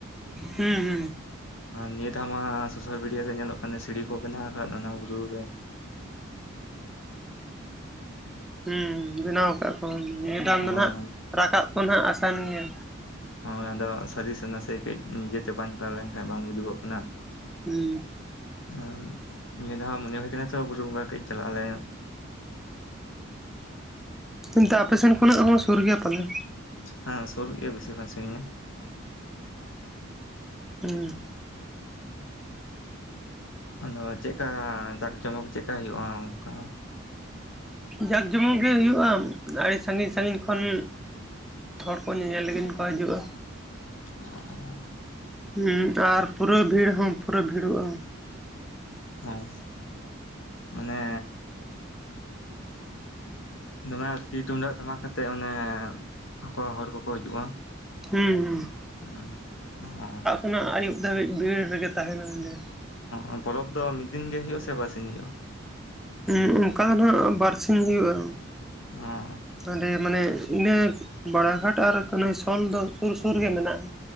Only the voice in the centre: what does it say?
ᱦᱩᱸ ᱦᱩᱸ᱾
ᱦᱮᱸ ᱵᱮᱱᱟᱣ ᱠᱟᱜᱼᱟ ᱠᱚ, ᱱᱤᱭᱟᱹ ᱫᱷᱟᱢ
ᱫᱚ ᱱᱟᱦᱟᱜ ᱨᱟᱠᱟᱵ ᱠᱚ ᱱᱟᱦᱟᱜ ᱟᱥᱟᱱ ᱜᱮᱭᱟ᱾
ᱦᱩᱸ᱾
ᱮᱱᱛᱮ ᱟᱯᱮ ᱥᱮᱱ ᱠᱷᱚᱱᱟᱜ ᱦᱚᱸ ᱥᱩᱨ ᱜᱮᱭᱟ ᱯᱟᱞᱮᱱ?
ᱦᱩᱸ᱾
ᱡᱟᱠ ᱡᱚᱢᱚᱠ ᱜᱮ ᱦᱩᱭᱩᱜᱼᱟ, ᱟᱹᱰᱤ ᱥᱟᱺᱜᱤᱧ ᱥᱟᱺᱜᱤᱧ ᱠᱷᱚᱱ ᱦᱚᱲ ᱠᱚ ᱧᱮᱧᱮᱞ ᱞᱟᱹᱜᱤᱱ ᱠᱚ ᱦᱤᱡᱩᱜᱼᱟ᱾
ᱦᱩᱸ ᱟᱨ ᱯᱩᱨᱟᱹ ᱵᱷᱤᱲ ᱦᱚᱸ ᱯᱩᱨᱟᱹ ᱵᱷᱤᱲᱚᱜᱼᱟ᱾
ᱦᱩᱸ ᱦᱩᱸ᱾
ᱚᱱᱟ ᱟᱹᱭᱩᱵ ᱫᱷᱟᱹᱵᱤᱡ ᱵᱷᱤᱲ ᱨᱮᱜᱮ ᱛᱟᱦᱮᱱᱟ ᱚᱸᱰᱮ᱾
<unintelligible> ᱚᱱᱠᱟ ᱫᱚ ᱱᱟᱦᱟᱜ ᱵᱟᱨᱥᱤᱧ ᱦᱩᱭᱩᱜᱼᱟ᱾
ᱦᱟᱸᱰᱮ ᱢᱟᱱᱮ ᱤᱱᱟᱹ ᱵᱟᱲᱟᱜᱷᱟᱴ ᱟᱨ ᱠᱟᱹᱱᱟᱹᱭᱥᱚᱞ ᱫᱚ ᱥᱩᱨ ᱥᱩᱨ ᱜᱮ ᱢᱮᱱᱟᱜᱼᱟ᱾